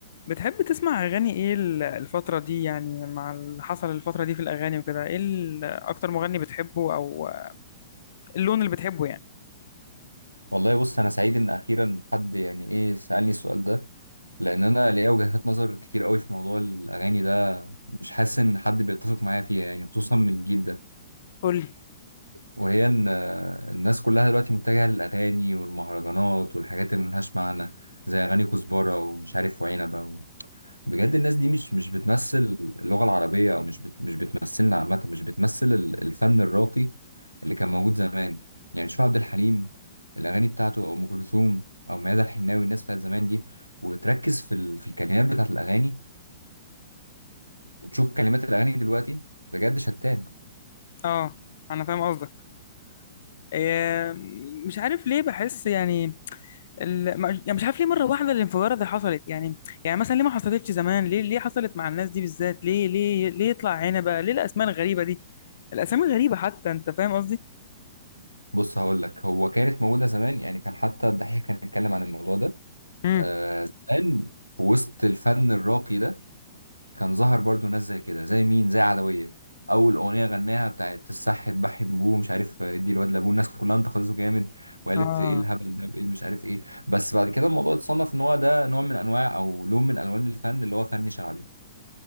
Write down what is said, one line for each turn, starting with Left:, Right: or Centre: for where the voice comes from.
Left: بتحب تسمع أغاني إيه ال- الفترة دي يعني مع اللي حصل الفترة دي في الأغاني وكده إيه ال- أكتر مغني بتحبه أو اللون اللي بتحبه يعني
Right: والله بص انا سعيد ان اخيرا حد يعني ايه سالني السؤال ده لان انا ليا وجهات نظر كتير قوي في موضوع الاغاني ده مش حاسس ان حد بيتفق معايا فيها يعني خصوصا من الجيل ده
Left: قولي
Right: وهي ان آه، الناس كلها دلوقتي متجهه للاغاني والمهرجانات والحاجات اللي ملهاش معنى زي اغاني كزبره ومش عارف وعنبه بجد الناس دي مش مش بتمثل اللغة العربية أو مش بت مش بتمثلنا عامة مش بتمثل ال- الفن الراقي اللي كان موجود زمان يعني شوف عبد الحليم الأغاني بتاعته أو أم كلثوم أو ميادة الحناوي الناس بتاعت زمان دي وتركز في ال في الكلمات بتاعت الأغاني وتشوف كلمات الأغاني دلوقتي بجد شتان
Left: آه أنا فاهم قصدك إيه، مش عارف ليه بحس يعني ال... ما- يعني مش عارف ليه مرة واحدة الانفجارة اللي حصلت يعني يعني مثلا ليه ما حصلتش زمان ليه ليه حصلت مع الناس دي بالذات ليه ليه ليه يطلع هنا بقى ليه الأسماء الغريبة دي الأسامي غريبة حتى أنت فاهم قصدي؟
Right: بص هقول لك هو كانت موجودة زمان يعني كان حتى الدحيح كان بيتكلم عن الموضوع ده
Left: امم
Right: آه زمان في وسط الفن الراقي ده كان ظهر برضو ناس زي كده زي مين زي عدوية أول أغنية غناها بتاعت الصح اتبحي بابوه مش عارف ادي الواد لابوه الناس كلها انتقدته جامد وقالت
Left: آه
Right: ايه الهبل ده وايه اللي مش عارف ايه بس بعد كده الموضوع اتصنف ان هو ده نوع من انواع او لون من الوان الفن اللي هو فن شعبي